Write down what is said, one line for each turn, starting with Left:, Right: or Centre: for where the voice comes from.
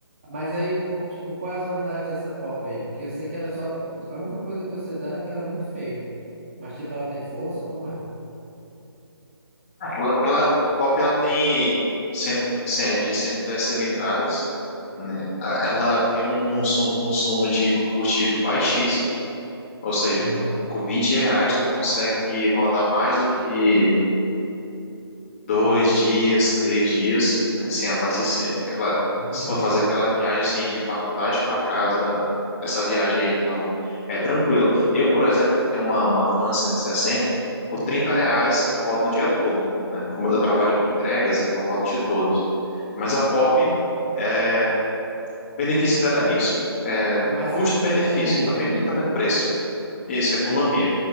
Right: Mas aí, co- tipo, quais as vantagens dessa pop aí? Porque eu sei que ela é só. A única coisa que eu sei dela é que ela é muito feia. Mas, tipo, ela tem força, como é?
Left: Ela, ela- Pop ela tem cento, cem- é de 110 cilindradas, né? A- Ela tem um consumo, um consumo de combustível baixíssimo, ou seja,
Right: Aham,
Left: com 20 reais tu consegue rodar mais do que dois dias, três dias, né, sem abastecer. É claro,
Right: aham,
Left: se for fazer aquela viagem assim, de faculdade para casa, essa viagem aí, então é tranquilo. Eu, por exemplo, que tenho uma, uma Fan 160, com
Right: uhum.
Left: 30 reais eu rodo o dia todo, né? Como eu trabalho com entregas, então eu rodo o dia todo. Mas a Pop, é, o benefício dela é isso, é
Right: Mas
Left: custo-benefício
Right: é co- é economia,
Left: e também,
Right: né?
Left: e também no preço. Isso, economia.